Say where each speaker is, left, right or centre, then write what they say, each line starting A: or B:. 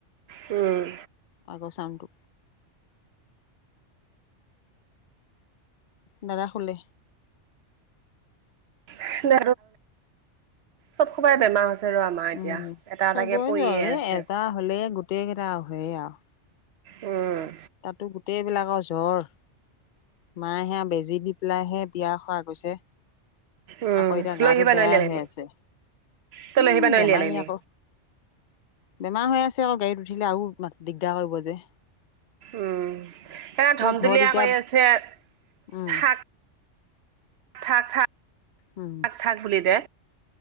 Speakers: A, on the right (about 60°); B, on the left (about 60°).
A: উম।
B: আগচাউণ্টো। দাদা হলে
A: <unintelligible> চব সবাই বেমাৰ আছে। আৰু আমাৰ
B: উম
A: এতিয়া, এটা
B: চবৰে
A: এটাকে পৰিয়ে
B: জ্বৰ এই
A: আছে।
B: এটা হ'লে গোটেই কেইটা হয়ে আৰু।
A: উম।
B: তাতো গোটেইবিলাকৰ জ্বৰ। মায়ে সেয়া বেজি দি পেলাইহে বিয়া খোৱা গৈছে।
A: উম
B: আকৌ এতিয়া
A: লৈ
B: গাটো
A: আহিবা
B: বেয়াই
A: নোৱাৰিলি
B: হৈ
A: এনে
B: আছে
A: তই
B: উম,
A: লৈ আহিবা নোৱাৰিলি
B: বেমাৰী
A: এনে
B: আকৌ। বেমাৰ হৈ আছে আকৌ গাড়ীত উঠিলে আৰু দিগদাৰ কৰিব যে।
A: উম,
B: তেওঁ
A: ধমজুলীয়া
B: ঘৰত এতিয়া
A: কৰি আছে
B: উম,
A: থাক থাক থা
B: উম,
A: থাক বুলি দে